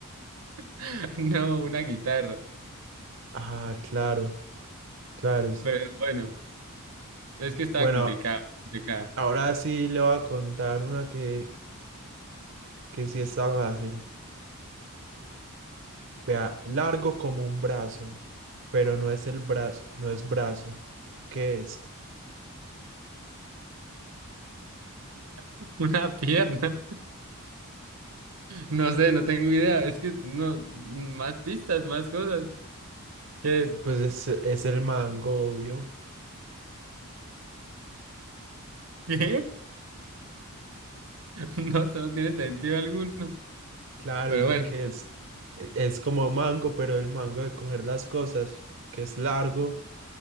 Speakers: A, on the right (about 85°); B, on the right (about 60°).
A: <laughs> No, una guitarra.
B: Ah, claro, claro, sí.
A: Pero bueno, es que estaba
B: Bueno,
A: complicado, complicado.
B: ahora sí le voy a contar una que, que sí está fácil. Vea, largo como un brazo, pero no es el brazo, no es brazo. ¿Qué es?
A: <laughs> Una pierna. No sé, no tengo idea. Es que no, más pistas, más cosas. ¿Qué es?
B: Pues es, es el mango, obvio.
A: <laughs> ¿Qué? No, eso no tiene sentido alguno.
B: Claro,
A: Pero
B: porque
A: bueno,
B: es, e- es como mango, pero el mango de coger las cosas, que es largo,